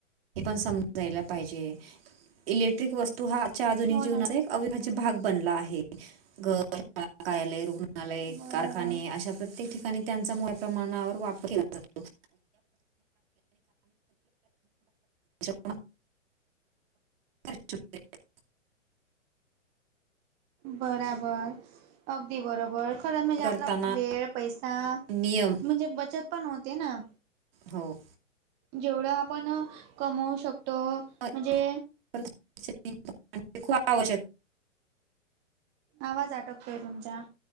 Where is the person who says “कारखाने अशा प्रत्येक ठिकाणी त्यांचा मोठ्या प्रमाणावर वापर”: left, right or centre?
Right